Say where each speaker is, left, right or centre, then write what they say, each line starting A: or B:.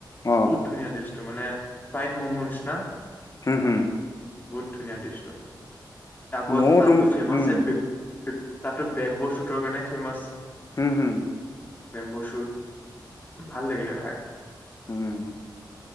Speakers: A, on the left; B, on the left.
A: অ',
B: বহুত ধুনীয়া ডিছটো মানে ফ্ৰাইড মোমো নিছিনা।
A: হম, হম।
B: বহুত ধুনীয়া ডিছটো। আকৌ
A: ময়ো
B: তাতটো
A: তুম
B: ফেমাচে
A: উম,
B: <unintelligible> তাতটো বেম্বো শ্বুটৰ কাৰণে ফেমাচ।
A: হম, হম।
B: বেম্বো শ্বুট, ভাল লাগিলে খায়।
A: উম।